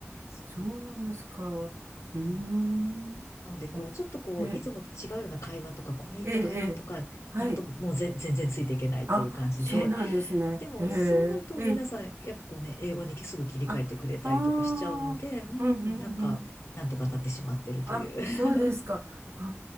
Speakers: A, on the left; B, on the right.
A: そ
B: そうなんですか。
A: う。うん。
B: うーん。
A: なので、こう、
B: あええ、
A: ちょっとこう、いつもと違うような会話とか、込み入った会話とか、
B: ええ、ええ、はい。
A: なるともうぜ全然ついていけないという感じで、
B: あ、そうなんですね。
A: <laughs> でも、
B: ええ、
A: そうなると皆さん、
B: ええ、
A: やっぱこうね、英語にすぐ切り替えてくれたりとかしちゃうので、
B: あ、ああ、
A: うん、
B: うん、うん、
A: なんか、
B: うん。
A: なんとかなってしまってるという。
B: あ、
A: <laughs>
B: そうですか。あ